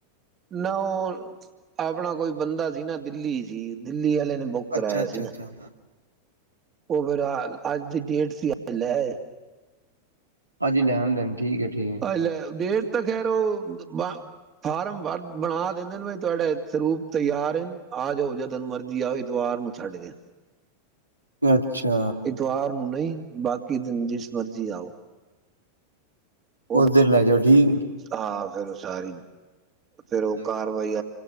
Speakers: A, on the right; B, on the right.
A: ਨਾ ਉਹ ਆਪਣਾ ਕੋਈ ਬੰਦਾ ਸੀ ਨਾ ਦਿੱਲੀ ਸੀ ਦਿੱਲੀ ਆਲੇ, ਬੁੱਕ ਕਰਵਾਇਆ
B: ਅੱਛਾ ਅੱਛਾ
A: ਸੀ ਨਾ,
B: ਅੱਛਾ
A: ਉਹ, ਅੱਜ ਦੀ ਡੇਟ ਸੀ। ਬਿੱਲ ਲੇ ਆਏ।
B: ਹਾਂਜੀ ਲੈਣ ਦੇਣ। ਠੀਕ ਹੈ ਠੀਕ
A: ਅ ਲੈ ਡੇਟ ਤਾਂ ਖੈਰ ਉਹ। ਫਾਰਮ ਵਰ ਬਣਾ ਦਿੰਦੇ ਨੇ ਤੁਹਾਡੇ ਸਰੂਪ ਤਿਆਰ ਆ ਜਾਓ ਜਦਨ ਮਰਜੀ ਆਓ ਐਤਵਾਰ ਨੂੰ ਛੱਡ ਕੇ।
B: ਅੱਛਾ।
A: ਇਤਵਾਰ ਨੂੰ ਨਹੀਂ ਬਾਕੀ ਦਿਨ ਜਿਸ ਮਰਜ਼ੀ ਆਓ। ਉਹ
B: ਉਸ ਦਿਨ ਲੈਜੋ। ਦੀ।
A: ਹਾਂ ਫੇਰ ਉਹ ਸਾਰੀ ਫੇਰ ਉਹ ਕਾਰਵਾਈ।